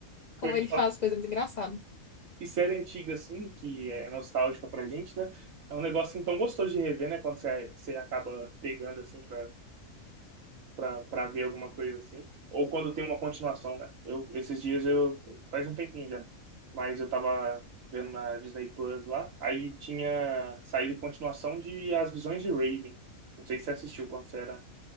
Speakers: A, on the left (about 50°); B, on the right (about 70°).
A: como
B: legal.
A: ele faz coisa muito engraçada.
B: E série antiga, assim, que é nostálgica pra gente, né? É um negócio assim, tão gostoso de rever, né? Quando você, você acaba pegando, assim, pra pra, pra ver alguma coisa assim. Ou quando tem uma continuação, né? Eu, esses dias eu. Faz um tempinho já. Mas eu tava vendo na Disney Plus lá. Aí tinha saído continuação de As Visões de Raven. Não sei se você assistiu quando você era